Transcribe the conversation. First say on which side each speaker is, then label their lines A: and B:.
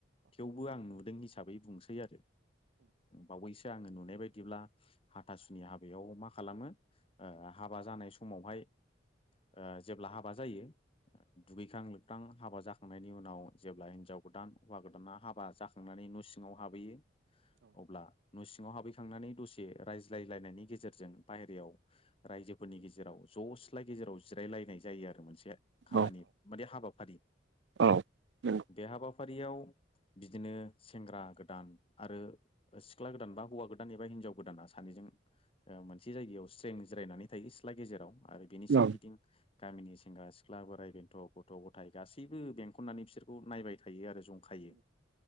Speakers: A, on the left (about 30°); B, on the right (about 75°).
A: थेवबो आं नुदों हिसाबै बुंसै आरो बावैसो आंङो नुनाय बायदिब्ला हाथासुनि हाबायाव मा खालामो ओ हाबा जानाय समावहाय ओ जेब्ला हाबा जायो दुगैखां लोबखां हाबा जाखांनायनि उनाव जेब्ला हिनजाव गोदान हौवा गोदाना हाबा जाखां थांनानै न' सिङांव हाबहैयो अब्ला न' सिङाव हाबहैखांनानै दसे रायज्लायलायनायनि गेजेरजों बाहेरायाव रायजोफोरनि गेजेराव ज' सिस्ला गेजेराव जिरायलायनाय जायो आरो मोनसे खामानि
B: औ
A: माने हाबाफारि
B: औ नंगौ
A: बे हाबाफारियाव बिदिनो सेंग्रा गोदान आरो सिख्ला गोदान बा हौवा गोदान एबा हिनजाव गोदाना सानैजों ओ मोनसे जायगायाव स्रें जिरायनानै थायो सिथ्ला गेजेराव आरो बेनि सोरगिदिं
B: औ
A: गामिनि सेंग्रा सिख्ला बोराइ बेन्थ' गथ' गथाय गासैबो बेंखननानै बिसोरखौ नायबाय थायो आरो जं खायो